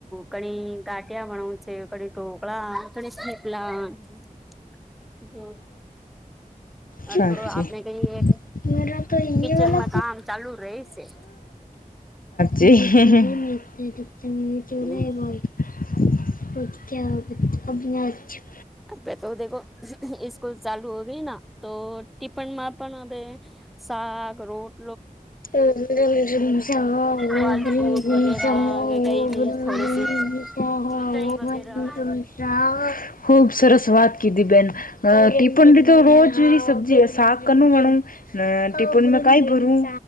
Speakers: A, in the centre; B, on the left.
A: ઘણી ગાટિયા ભણવું છે ઘણી ઢોકળા. પલા <unintelligible> હ
B: સાચી.
A: થોડું આપણે કઈ એક
B: મેરા તો એ
A: કિચનમાં
B: વાલા
A: કામ ચાલુ ર છે.
B: <unintelligible>
A: હમ
B: <unintelligible>
A: હવે તો દેખો સ્કૂલ ચાલુ હો ગઈના તો ટિફનમાં પણ હવે સાગ રોટ
B: રલન સાઓ
A: ફલ
B: ભું
A: ફ્રૂટ
B: ગ
A: વગેરા
B: સમો
A: કે કઈ બી થોડીસી
B: <unintelligible> ા
A: મીઠાઈ વગેરા
B: હો મશા ખૂબસરત <unintelligible> સ્વાદ કીધી બેન, અ ટીપન તો રોજ સબ્જી સાક કનું વણું, ટી પણ મે કઈ ભરું